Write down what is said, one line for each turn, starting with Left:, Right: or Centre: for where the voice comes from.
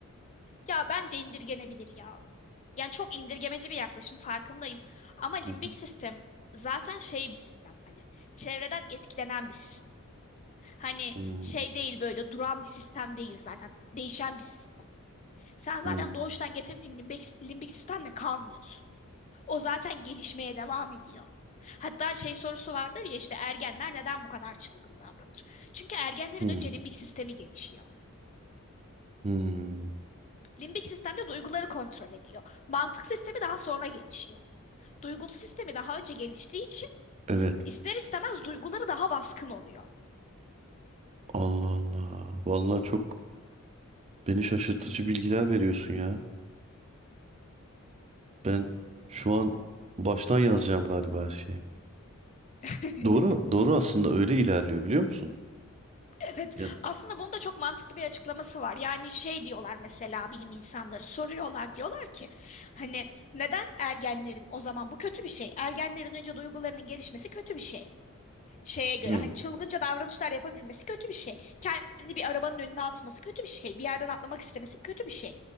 Left: Ya bence indirgenebilir ya. Yani çok indirgemeci bir yaklaşım farkındayım. Ama limbik
Right: Hı hı.
Left: sistem zaten şey bir sistem hani çevreden etkilenen bir sistem. Hani
Right: Hmm,
Left: şey değil böyle duran bir sistem değil zaten. Değişen bir sistem. Sen zaten
Right: hmm,
Left: doğuştan getirdiğin limbik, limbik sistemle kalmıyorsun. O zaten gelişmeye devam ediyor. Hatta şey sorusu vardır ya işte ergenler neden bu kadar çılgın davranır? Çünkü ergenlerin
Right: hmm,
Left: önce limbik sistemi gelişiyor.
Right: hmm.
Left: Limbik sistem de duyguları kontrol ediyor. Mantık sistemi daha sonra gelişiyor. Duygulu sistemi daha önce geliştiği için
Right: Evet.
Left: ister istemez duyguları daha baskın oluyor.
Right: Allah Allah. Vallahi çok beni şaşırtıcı bilgiler veriyorsun ya. Ben şu an baştan yazacağım galiba her şeyi.
Left: <laughs>
Right: Doğru, doğru aslında öyle ilerliyor biliyor musun?
Left: Evet,
Right: Ya.
Left: aslında bunun da çok mantıklı bir açıklaması var. Yani şey diyorlar mesela bilim insanları soruyorlar diyorlar ki hani neden ergenlerin o zaman bu kötü bir şey? Ergenlerin önce duygularının gelişmesi kötü bir şey. şeye göre
Right: Hı,
Left: hani çılgınca davranışlar yapabilmesi kötü bir şey. Kendi bir arabanın önüne atması kötü bir şey. Bir yerden atlamak istemesi kötü bir şey.